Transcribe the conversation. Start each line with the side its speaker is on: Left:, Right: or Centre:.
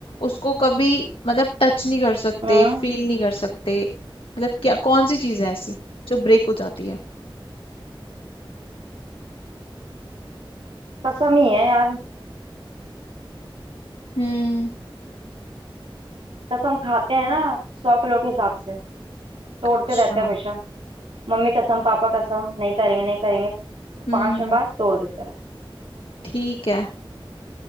Left: उसको कभी मतलब टच नहीं कर सकते
Right: हम्म
Left: फील नहीं कर सकते मतलब क्या कौन सी चीज है ऐसी जो ब्रेक हो जाती है
Right: कसम ही है यार
Left: हम्म
Right: कसम खाते हैं ना सौ किलो के हिसाब से तोड़ते
Left: अच्छा
Right: रहते हैं हमेशा मम्मी कसम पापा कसम नहीं करेंगे नहीं करेंगे
Left: हम्म
Right: पांच
Left: हम्म
Right: मिनट बाद तोड़ देते हैं
Left: ठीक है